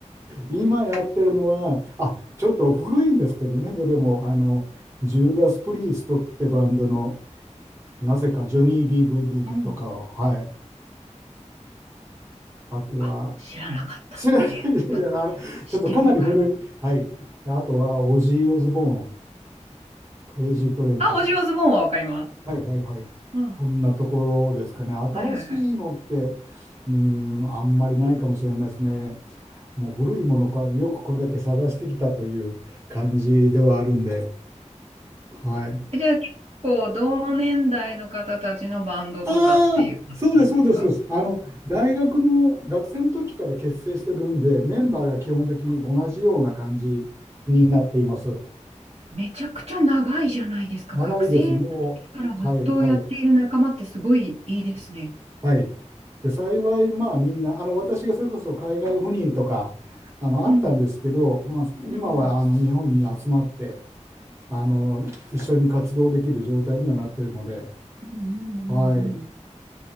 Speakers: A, on the right; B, on the right.
A: 今やってるのは、あ、ちょっと古いんですけどね、どれも、あの、ジューダス・プリーストってバンドの、なぜかジョニー・ビー・グッドだとかを、
B: うん。
A: はい、あとは、
B: あ、知らなかった。
A: 知らない、<laughs>
B: えーあ、
A: いやあの、
B: 知ってる曲あるか
A: ちょっとかなり古い、はい、あとは、オジー・オズボーン、クレイジー・トレインとか、
B: あ、オジーオズボーンはわかります。
A: はいはいはい。
B: うん。
A: そんなところですかね。新しいのって、
B: はいはいはい。
A: うーん、あんまりないかもしれないですね。もう古いものか、よくこれだけ探してきたという感じではあるんで。はい。
B: えじゃあ結構同年代の方たちのバンドとかっていう感じなんですか
A: ああ、そうです、そうです、そうです。あの、大学の学生の時から結成してるんで、メンバーが基本的に同じような感じになっています。
B: めちゃくちゃ長いじゃないですか。
A: 長いです。
B: 学生の時からずっとやっている仲間ってすごいいいですね。
A: もう、はい、はい。はい。で、幸い、まあみんな、あの、私がそれこそ海外赴任とか、あの、
B: うん。
A: あったんですけど、
B: うん
A: まあ、今は、
B: うん。うん
A: あの、日本に集まって、あの、一緒に活動できる状態にはなっているので、
B: うんうんうん。
A: はい。